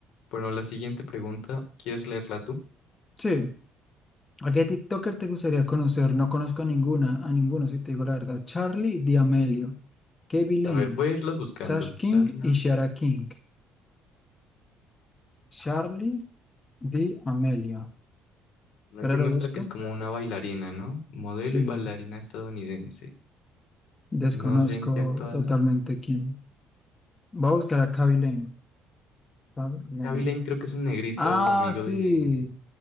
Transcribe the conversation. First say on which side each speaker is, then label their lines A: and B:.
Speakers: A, on the left; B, on the left.
A: Bueno, la siguiente pregunta, ¿quieres leerla tú?
B: Sí. ¿A qué TikToker te gustaría conocer? No conozco a ninguna, a ninguno, si te digo la verdad. Charlie D'Amelio, Kevin Lane,
A: A ver, voy a irlas buscando.
B: Sash King
A: Charlie.
B: y Shara King. Charlie D'Amelio.
A: Aquí
B: Espera, lo
A: muestra
B: busco.
A: que es como una bailarina, ¿no? Modelo
B: Sí,
A: y bailarina estadounidense.
B: desconozco
A: No sé en qué actuada.
B: totalmente quién. Voy a buscar a Kevin Lane. Kevin Lane.
A: Avi Lane creo que es un negrito
B: Ah,
A: amigo
B: sí.
A: de...